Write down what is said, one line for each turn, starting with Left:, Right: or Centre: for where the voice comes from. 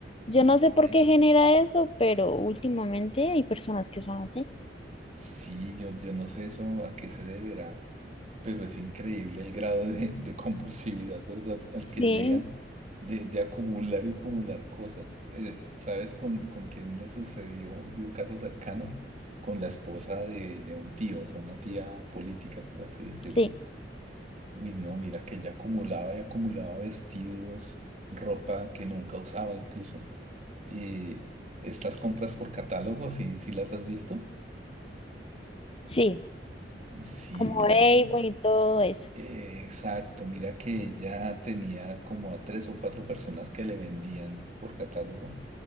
Left: Yo
Right: Y
Left: no
Right: mira
Left: sé por qué
Right: que...
Left: genera eso, pero últimamente hay personas que son así.
Right: Sí, yo, yo no sé eso a qué se deberá, pero es increíble el grado de, de compulsividad, ¿verdad? Al
Left: Sí,
Right: que llegan de, de acumular y acumular cosas. Eh, ¿sabes con, con quién me sucedió? Vi un caso cercano con la esposa de, de un tío, o sea, una tía política, por así decirlo
Left: sí,
Right: Uy, no, mira que ella acumulaba y acumulaba vestidos, ropa que nunca usaba incluso. Eh, estas compras por catálogo, si si las has visto?
Left: sí,
Right: Sí,
Left: como
Right: mira
Left: Avon
Right: que...
Left: y todo eso.
Right: eh, exacto, mira que ella tenía como a tres o cuatro personas que le vendían por catálogo